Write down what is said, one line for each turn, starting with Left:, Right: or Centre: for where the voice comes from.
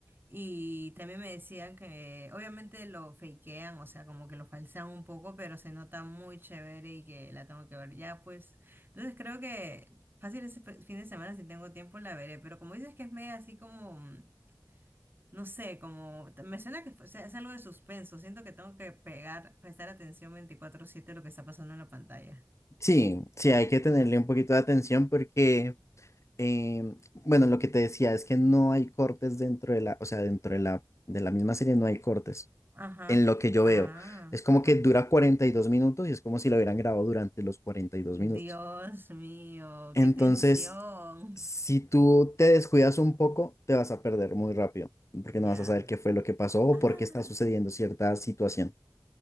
Right: y también me decían que obviamente lo fakean, o sea, como que lo falsean un poco, pero se nota muy chévere y que la tengo que ver ya, pues. Entonces creo que fácil ese fe- fin de semana si tengo tiempo la veré, pero como dices que es media así como mm, No sé, como me suena que fue- o sea, es algo de suspenso. Siento que tengo que pegar, prestar atención veinticuatro siete a lo que está pasando en la pantalla.
Left: Sí, sí, hay que tenerle un poquito de atención porque, eh, bueno, lo que te decía es que no hay cortes dentro de la, o sea, dentro de la, de la misma serie no hay cortes.
Right: Ajá.
Left: En lo que yo
Right: Ah,
Left: veo, es como
Right: ajá.
Left: que dura 42 minutos y es como si lo hubieran grabado durante los 42 minutos.
Right: Dios mío,
Left: Entonces,
Right: qué tensión.
Left: si tú te descuidas un poco, te vas a perder muy rápido, porque no
Right: Ya.
Left: vas a saber qué fue lo que pasó o
Right: Ah,
Left: por qué está sucediendo cierta situación.